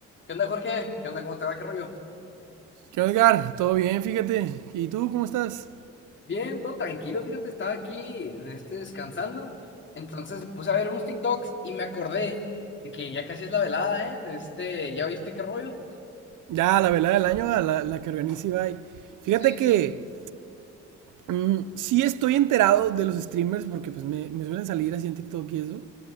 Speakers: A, on the left (about 40°); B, on the right (about 85°).
A: ¿Qué onda, Jorge? ¿Qué onda? ¿Cómo te va? ¿Qué rollo?
B: ¿Qué onda, Edgar? Todo bien, fíjate. ¿Y tú cómo estás?
A: Bien, todo tranquilo, fíjate, estaba aquí de este, descansando. Entonces me puse a ver unos TikToks y me acordé de que ya casi es la velada, ¿eh? De este, ¿ya viste qué rollo?
B: Ya, la velada del año, a la, la que organiza Ibai. Fíjate
A: Sí,
B: que
A: sí.
B: mm, sí estoy enterado de los streamers porque pues me, me suelen salir así en TikTok y eso.